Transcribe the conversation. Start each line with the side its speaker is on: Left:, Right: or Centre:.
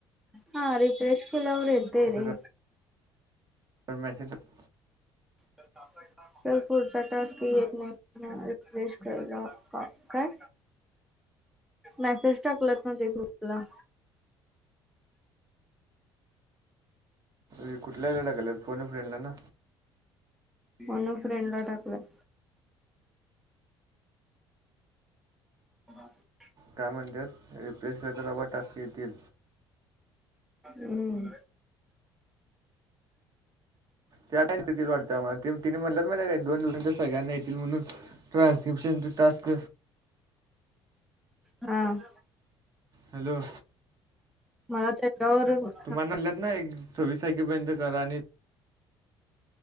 Centre: हा रिफ्रेश केलावर येतय
Right: असं
Centre: रे.
Right: काय <unintelligible>
Centre: <unintelligible> सर पुढचा टास्क येत नाही रिफ्रेश कराला का काय? मॅसेज टाकलात ना ते ग्रुपला?
Right: हे कुठल्या <unintelligible> लागालेत फोन ए फ्रेडला ना.
Centre: फोन ए फ्रेंड ला टाकलय. <inaudible>
Right: काय म्हणत्यात? रिफ्रेश करत राहा व टास्क येतील.
Centre: हुं.
Right: त्या <unintelligible> किती भेटत्या मग तिव तिनी म्हणल्यात बराय एक दोन दिवसांच्या आत सगळ्यांना येतील म्हणून. ट्रांसक्रिप्शनच टास्क.
Centre: हां.
Right: हॅलो.
Centre: मला तेच्यावरही होत.
Right: तुम्हाला लग्नय सव्वीस तारखेपर्यंत करा आणि